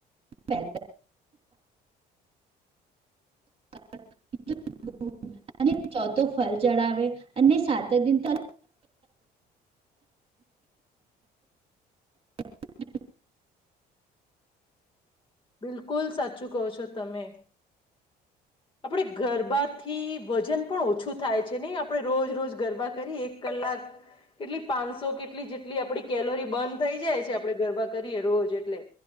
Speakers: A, on the right; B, on the left.
A: પહેલા <unintelligible> અને ચોથો ફલ ચડાવે અને સાત દિન તો. <unintelligible>
B: બિલકુલ સાચું કહો છો, તમે. આપણે ગરબાથી વજન પણ ઓછું થાય છે, નહી આપણે રોજ રોજ ગરબા કરી એક કલાક કેટલી પાંચસો કેટલી જેટલી આપડી કેલોરી બન થઈ જાય છે, આપડે ગરબા કરીએ રોજ એટલે